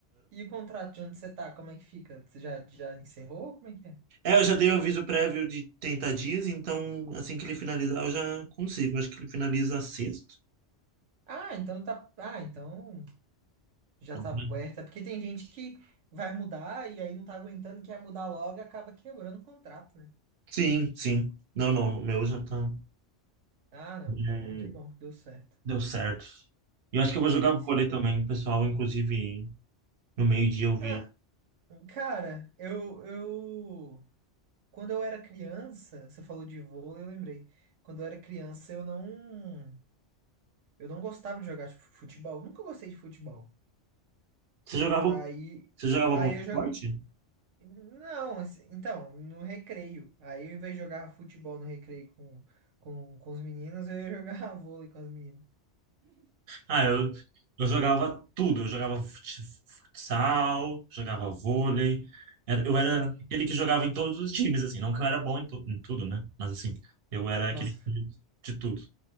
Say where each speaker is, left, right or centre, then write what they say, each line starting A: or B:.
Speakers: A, on the right; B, on the right.
A: E o contrato de onde você tá? Como é que fica? Você já, já encerrou? Como é que é?
B: É, eu já dei o aviso prévio de 30 dias, então assim que ele finalizar eu já consigo. Acho que ele finaliza sexto.
A: Ah, então tá. Ah, então já
B: Então,
A: tá
B: né?
A: puerta. Porque tem gente que vai mudar e aí não tá aguentando, quer mudar logo e acaba quebrando o contrato, né?
B: Sim, sim. Não, não, o meu já tá.
A: Ah, não. Então
B: é,
A: que bom que deu certo.
B: deu certo. E eu acho que eu vou
A: Sim,
B: jogar
A: sim.
B: vôlei também, pessoal. Inclusive, no meio-dia eu vi.
A: Ah, cara, eu, eu. Quando eu era criança, você falou de vôlei, eu lembrei. Quando eu era criança, eu não, eu não gostava de jogar tipo, futebol. Nunca gostei de futebol.
B: Você jogava,
A: Daí,
B: você jogava
A: aí
B: algum esporte?
A: eu jogo. Não, assim, então, no recreio. Aí, ao invés de jogar futebol no recreio com, com, com os meninos, eu ia jogar <laughs> vôlei com as meninas.
B: Ah, eu, eu jogava tudo. Eu jogava fut- futsal, jogava vôlei. Era- Eu
A: Sim.
B: era aquele que jogava em todos os times, assim. Não que eu era bom em, to- em tudo, né? Mas, assim, eu era
A: Nossa,
B: aquele que-
A: fu-
B: de tudo.